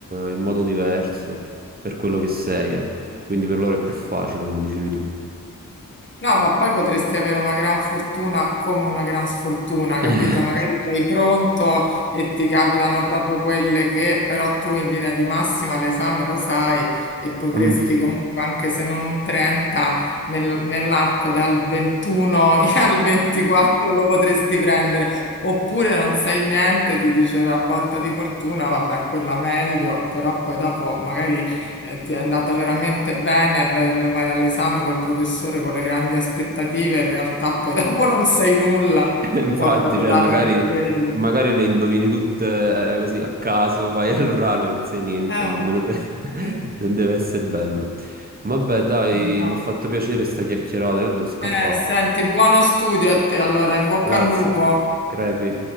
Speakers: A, on the right; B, on the left.
A: in modo diverso per quello che sei, ecco. Quindi per loro è più facile, come dicevi tu.
B: No, ma poi potresti avere una gran fortuna come una gran sfortuna, capito?
A: <laughs>
B: Magari sei pronto e ti capitano proprio quelle che però tu in linea di massima l'esame lo sai e potresti
A: Mm.
B: comunque, anche se non un 30, nel- nell'arco dal 21 <laughs> al 24 lo potresti prendere. Oppure non sai niente, ti dice la botta di fortuna, vabbè, quella meglio, però poi dopo magari eh, Ti è andato veramente bene, vai vai all'esame col professore con le grandi aspettative, in realtà poi <laughs> dopo non sai nulla,
A: Infatti,
B: può capitare
A: cioè, magari,
B: anche quello.
A: magari le indovini tutte eh, così a caso, vai all'orale, non sai niente,
B: Eh,
A: nemmeno
B: oh,
A: te. <laughs>
B: sì,
A: Non deve essere bello. Vabbè, dai,
B: no.
A: mi ha fatto piacere sta chiacchierata, io devo scappare.
B: Eh, senti, buono studio a te, allora, in bocca
A: Grazie,
B: al lupo.
A: Crepi.